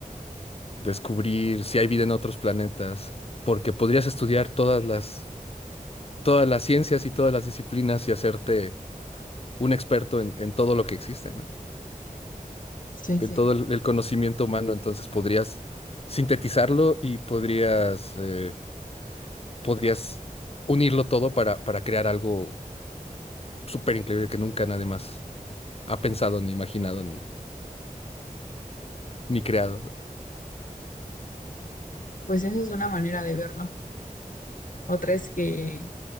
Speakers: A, on the left; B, on the left.
A: descubrir si hay vida en otros planetas, porque podrías estudiar todas las, todas las ciencias y todas las disciplinas y hacerte un experto en, en todo lo que existe, ¿no?
B: sí,
A: En
B: sí,
A: todo el, el conocimiento humano, entonces podrías sintetizarlo y podrías, eh, podrías unirlo todo para, para crear algo súper increíble que nunca nadie más ha pensado, ni imaginado, ni, ni creado.
B: pues esa es una manera de verlo. Otra es que,